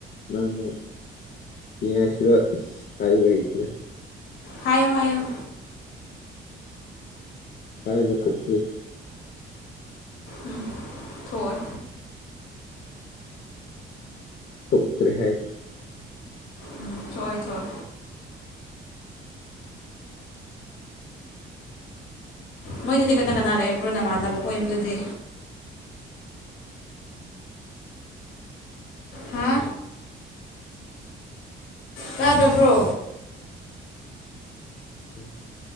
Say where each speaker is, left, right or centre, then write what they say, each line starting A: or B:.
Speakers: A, on the left; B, on the left.
A: ꯅꯪꯅ ꯌꯦ ꯍꯥꯏꯁꯤꯔꯣ ꯍꯥꯏꯥꯏꯕꯍꯤ ꯏꯇ꯭ꯔ
B: ꯍꯥꯏꯑꯣ ꯍꯥꯏꯑꯣ
A: ꯍꯥꯏꯔꯤꯕ ꯊꯣꯛꯇ꯭ꯔꯤ
B: ꯎꯝ ꯊꯣꯏ
A: ꯇꯞ ꯀꯔꯤꯍꯥꯏꯗ
B: ꯎꯝ ꯊꯣꯛꯣꯏ ꯊꯣꯏ ꯃꯣꯏꯗꯨꯗꯤ ꯀꯅꯥ ꯀꯅꯥ ꯂꯩꯕ꯭ꯔꯣ ꯅꯃꯥꯟꯅꯕꯈꯣ ꯌꯨꯝꯗꯨꯗꯤ ꯍꯥ ꯇꯥꯗꯕ꯭ꯔꯣ
A: ꯎꯝ